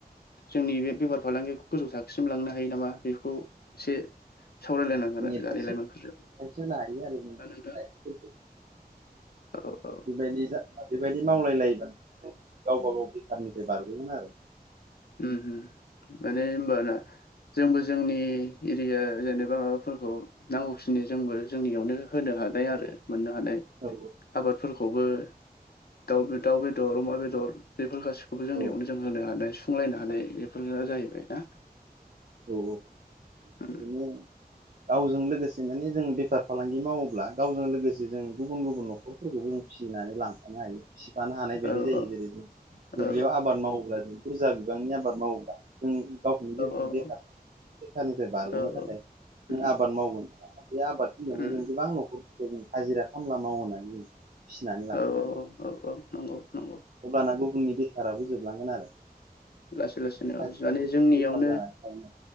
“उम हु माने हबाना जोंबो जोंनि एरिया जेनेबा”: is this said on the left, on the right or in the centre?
Left